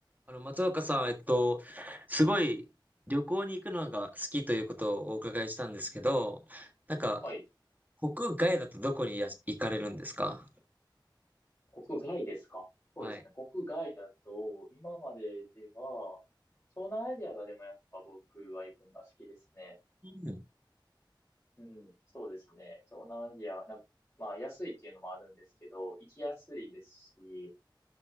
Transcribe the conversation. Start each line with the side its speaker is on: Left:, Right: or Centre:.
Right: あの、松岡さん、えっと、すごい旅行に行くのが好きということをお伺いしたんですけど、なんか、
Left: はい。
Right: 国外だとどこにや行かれるんですか
Left: 国外ですかそうですね。
Right: はい。
Left: 国外だと、今まででは、東南アジアがでもやっぱ僕は行くのが好きですね。
Right: うん。
Left: うん。そうですね。東南アジア、な、まあ安いっていうのもあるんですけど、行きやすいですし、